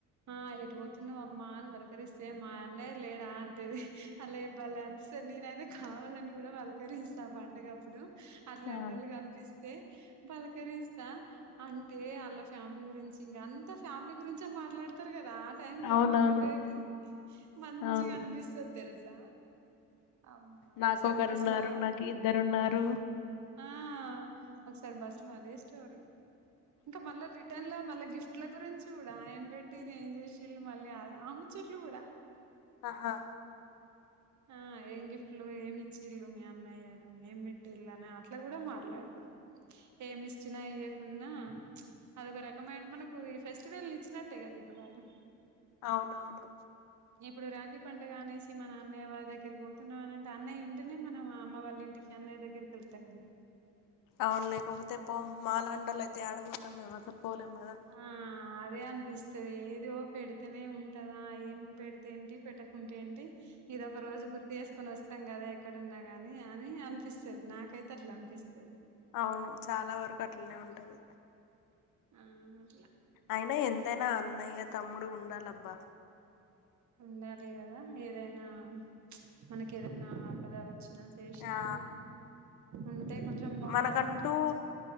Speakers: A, on the right; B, on the left.
A: ఆ ఎటు పోతున్నావ్ అమ్మా అని పలకరిస్తే మా అన్నయ్య లేడా అంటది అల్లు బలే అనిపిస్తది నేనయితే కావాలని కూడా పలకరిస్తా పండగప్పుడు అట్లాంటి
B: ఆ
A: ఒళ్ళు కనిపిస్తే పలకరిస్తా అంటే ఆళ్ల ఫ్యామిలీ గురించి ఇంగ అంత ఫ్యామిలీ గురించే మాట్లాడుతరు కదా టైమ్ లో
B: అవునవును
A: ఆ పండగకి మంచిగ
B: అవును
A: అనిపిస్త చ తెలుసా అమ్మా
B: నాకొకరున్నారు
A: ఒకసారి బస్లా
B: నాకు ఇద్దరున్నారు
A: ఆ ఒకసారి బస్ ల అదే స్టోరి ఇంకా మళ్ళా రిటర్న్ లో మళ్ళా గిఫ్ట్ల గురించి కూడా ఏం పెట్టిర్రు ఏం చేసిుర్రు మళ్ళీ ఆముచ్చట్లు కూడా
B: ఆహా
A: ఆ ఏం గిఫ్ట్లు ఏమి ఇచ్చిల్లు మీ అన్నయ్యలు ఏం పెట్టిళ్ళు అట్ల కూడా మాట్లాడతరు ఏమి ఇచ్చిన ఇయ్యకున్న అదొక రకమైన మనకు ఈ ఫెస్టివల్ ఇచ్చినట్టే కదా ఇప్పుడు వాళ్ళు
B: అవునవును
A: ఇప్పుడు రాఖీ పండుగ అనేసి మన అన్నయ్య వారి దగ్గకి పోతున్నాం అంటే అన్నయ్య ఉంటేనే మనం అమ్మ వాళ్ళ ఇంటికి అన్నయ దగ్గరికి వెళ్తాం కదా
B: అవును లేకపోతే పో మాలంటోలు అయితే ఆడపోతరు మేము అసలుపోలేం కదా
A: ఆ అదే అనిపిస్తుద ఏదో పెడితేనే ఉంటదా ఏం పెడితే ఏంటి పెట్టకుంటే ఏంటి ఇదిొ ఒక రోజు గుర్తు చేసుకొని వస్తాం కదా ఎక్కడన్నా గాని అని అనిపిస్తుది నాకైతే అట్లా అనిపిస్తుది
B: అవును చాలా వరకు అట్లనే ఉంటది
A: ఆ అట్లా
B: అయినా ఎంతైనా అన్నయ్య తమ్ముడు ఉండాలబ్బా
A: ఉండాలి కదా ఏదైనా మనకి ఏదైనా ఆపదవ వచ్చిన చేసినా
B: ఆ
A: ఉంటే కొంచెం బాయస్
B: మనకంటూ
A: ఉంటే కొంచెం